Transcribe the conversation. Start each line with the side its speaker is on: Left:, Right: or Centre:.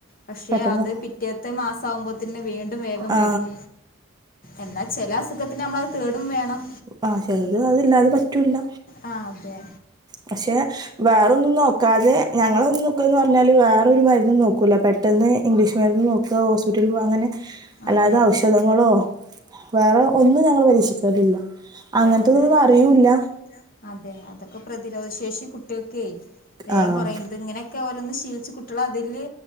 Left: പക്ഷെ
Right: പെട്ടെന്ന്
Left: അത് പിറ്റേത്തെ മാസ സാവുമ്പോത്തിന് വേം വേഗം
Right: ആ
Left: വരും എന്നാൽ ചില അസുഖത്തിന് നമ്മളത് തേടും വേണം
Right: ആ ചെലത് അതില്ലാതെ പറ്റ് റ്റുല്ല
Left: ആ അതെ
Right: പക്ഷെ വേറൊന്നും നോക്കാതെ ഞങ്ങളൊന്ന്ക്കെ പർഞ്ഞാല് വേറൊരു മര്ന്നും നോക്കൂല്ല പെട്ടെന്ന് ഇംഗ്ലീഷ് മരുന്ന് നോക്ക ഹോസ്പിറ്റൽ പോക അങ്ങനെ അല്ലാതെ
Left: അതെ
Right: ഔഷധങ്ങളോ വേറെ ഒന്നും ഞങ്ങള് പരീക്ഷിക്കാറില്ല അങ്ങനത്തതൊന്നും
Left: അങ്ങനത്തെതൊന്നും
Right: അറിയൂല
Left: അതെ അതൊക്കെ പ്രതിരോധ ശേഷി കുട്ട്യേക്കെ വേഗം
Right: ആ
Left: കൊറിം ത് ഇങ്ങനെ ഓരോന്ന് ശീലിച്ച് കുട്ട്യേള് അതില്